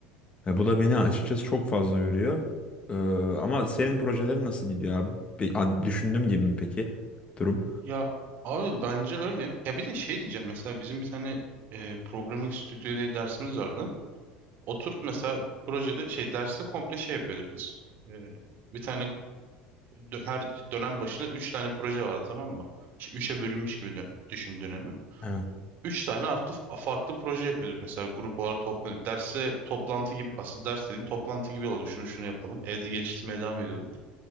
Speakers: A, on the left; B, on the right.
A: Ve bu da beni açıkçası çok fazla yoruyor. E, ama senin projelerin nasıl gidiyor abi? Pe- a- düşündüğüm gibi mi peki durum?
B: Ya abi bence öyle. Ya bir de şey diyeceğim mesela bizim bir tane e, programming stüdyo diye dersimiz vardı. Oturup mesela projede şey derste komple şey yapıyorduk biz. E, bir tane dö- her dönem başına 3 tane proje vardı tamam mı? İşte 3'e bölünmüş gibi dön- düşün dönemi.
A: Evet.
B: 3 tane artı farklı proje yapıyorduk mesela grup olarak toplanıyorduk. Derse toplantı gibi asıl ders dediğin toplantı gibi oluyor. Şunu şunu yapalım. Evde geliştirmeye devam ediyorduk.